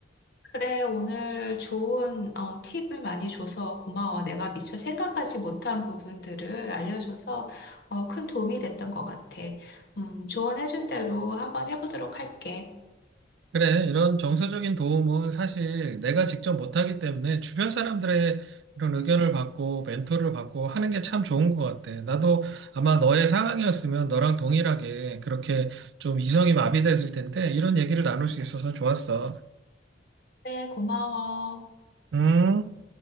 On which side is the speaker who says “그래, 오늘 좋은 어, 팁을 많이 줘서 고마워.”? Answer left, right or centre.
Left